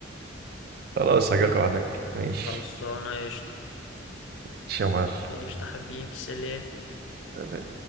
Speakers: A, on the right; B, on the left.
A: خلاص هجيلكوا هناك ماشي
B: خلصانه قشطه
A: ماشي يا معلم
B: قشطه حبيبي سلام
A: سلام.